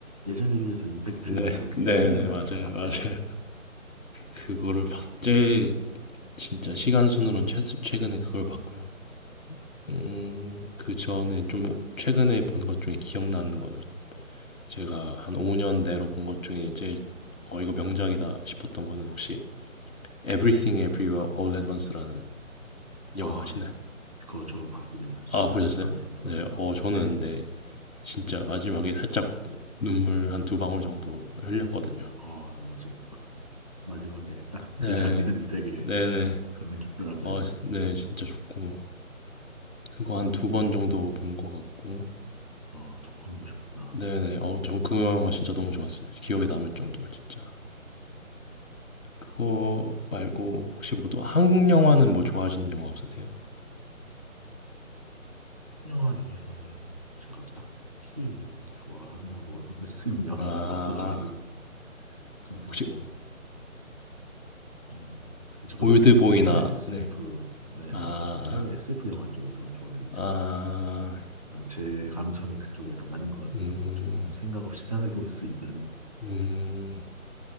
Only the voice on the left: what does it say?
네.
네네
맞아요.
맞아요. 그거를 봤 제일 진짜 시간 순으로는 최 최근에 그걸 봤고요. 음, 그 전에 좀 최근에 본 것 중에 기억나는 거는 제가 한 5년 내로 본 것 중에 제일 어, 이거 명작이다 싶었던 거는 혹시 Everything Everywhere All at Once라는 영화
아시나요?
아,
보셨어요?
네, 어, 저는
네, 진짜 마지막에 살짝 눈물 한 두 방울 정도 흘렸거든요.
네,
네네.
어, 네, 진짜 좋고. 그거 한 두 번 정도 본 것 같고.
네네. 어, 전 그 영화 진짜 너무 좋았어요. 기억에 남을 정도로 진짜. 그거 말고 혹시 뭐 또 한국 영화는 뭐 좋아하시는 영화 없으세요?
아,
혹시
올드보이나
네.
아,
아,
음,
음.